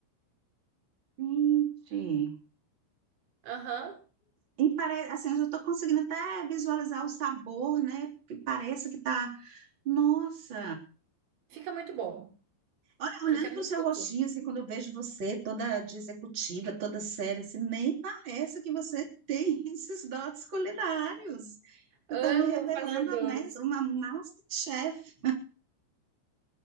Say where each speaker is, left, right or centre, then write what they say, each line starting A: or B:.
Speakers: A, on the right (about 25°); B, on the right (about 70°).
A: Gente.
B: Aham.
A: E parece, assim, eu já estou conseguindo até visualizar o sabor, né? Que parece que tá. Nossa!
B: Fica muito bom.
A: Olha, olhando
B: Fica
A: para
B: muito
A: o seu
B: gostoso.
A: rostinho, assim, quando eu vejo você toda de executiva, toda séria, assim, nem parece que você tem <laughs> esses dotes culinários. Você
B: Amo
A: está me revelando
B: fazer
A: a
B: doce.
A: mes- uma masterchef.